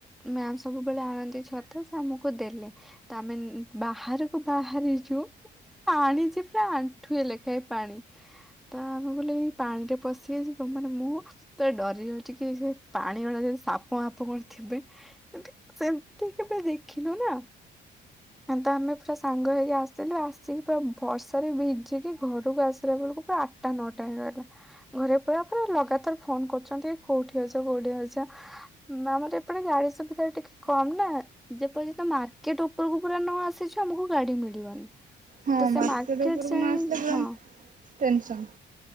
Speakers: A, in the centre; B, on the right (about 40°).
A: ମ୍ୟାାମ ସବୁବେଳେ ଆଣନ୍ତି ଛତା ସେ ଆମକୁ ଦେଲେ। ତ ଆମେ ବାହାରକୁ ବାହାରିଚୁ। ପାଣି ଯେ ପୁରା ଆଣ୍ଠୁଏ ଲେଖାଏଁ ପାଣି। ତ ଆମେ କହିଲୁ ଏଇ ପାଣିରେ ପଶିିକି ଯିବ ମାନେ ମୁଁ ତ ଡରି ରହିଚି କି ସେ ପାଣି ଭଳିଆ ଯଦି ସାପ ମାପ କଣ ଥିବେ। ସେମିତି କେବେ ଦେଖିନୁ ନା ଏ ତ ଆମେ ପୁରା ସାଙ୍ଗ ହେଇକି ଆସିଲୁ ଆସିକି ପୁରା ବର୍ଷାରେ ଭିଜିକି ଘରକୁ ଆସିଲା ବେଳକୁ ପୁରା ଆଠଟା ନଅଟା ହେଇଗଲା ଘରେ ପୁରା ପୁରା ଲଗାତାର ଫୋନ କରୁଚନ୍ତି କୋଉଠି ଅଛ କୋଉଠି ଅଛ? ଆମର ଏପଟେ ଗାଡି ସୁବିଧା ଟିକେ କମ ନା। ଯେପର୍ଯ୍ୟନ୍ତ ମାର୍କେଟ ଉପରକୁ ପୁରା ନ ଆସିଛୁ ଆମକୁ ଗାଡି ମିଳିବନି।
B: ହଁ
A: ତ ସେ ମାର୍କେଟ
B: ଉପରକୁ
A: ଯାଏଁ
B: ନ ଆସିଲେ ପୁରା
A: ହଁ।
B: ଟେନସନ୍।